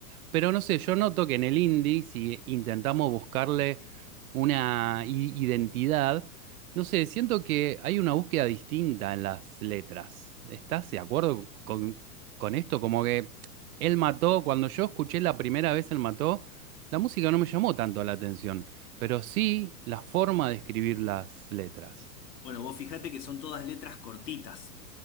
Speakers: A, on the right; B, on the left.
A: Pero no sé, yo noto que en el indie, si intentamos buscarle una i- identidad, no sé, siento que hay una búsqueda distinta en las letras. ¿Estás de acuerdo con, con esto? Como que él mató, cuando yo escuché la primera vez él mató, la música no me llamó tanto la atención, pero sí la forma de escribir las letras.
B: Bueno, vos fijate que son todas letras cortitas,